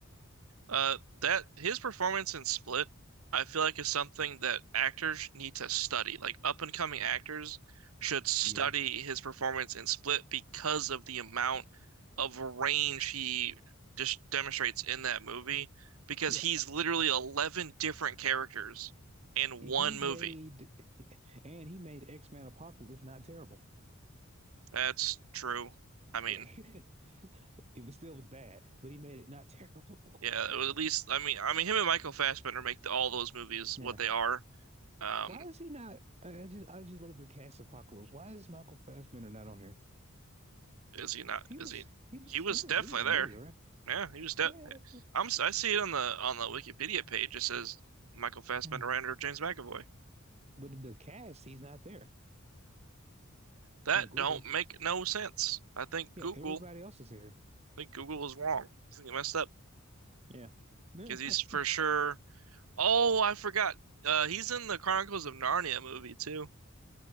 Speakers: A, on the right; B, on the right.
A: Uh, that his performance in Split, I feel like is something that actors need to study. Like up and coming actors should study
B: Yeah.
A: his performance in Split because of the amount of range he just demonstrates in that movie. Because
B: Yeah.
A: he's literally 11 different characters in one
B: He made
A: movie.
B: and he made X-Men Apocalypse not terrible.
A: That's true. I mean,
B: <laughs> It was still was bad, but he made it not <laughs> terrible.
A: yeah, it was at least I mean, I mean him and Michael Fassbender make the, all those movies
B: Yeah.
A: what they are. Um,
B: Why is he not I I just I just looked at the cast of Apocalypse. Why is Michael Fassbender not on here?
A: Is he not?
B: He
A: Is
B: was
A: he?
B: he was
A: He was
B: he was
A: definitely
B: in that movie,
A: there.
B: right?
A: Yeah, he was de
B: Eh,
A: I'm. s- I see it on the on the Wikipedia page. It says Michael Fassbender
B: hmm.
A: and or James McAvoy.
B: But the cast, he's not there
A: That
B: on Google.
A: don't make no sense. I think
B: Yeah,
A: Google.
B: everybody else is here.
A: I think Google was wrong. I think it messed up
B: Yeah. <laughs>
A: because he's for sure. Oh, I forgot. Uh, he's in the Chronicles of Narnia movie too.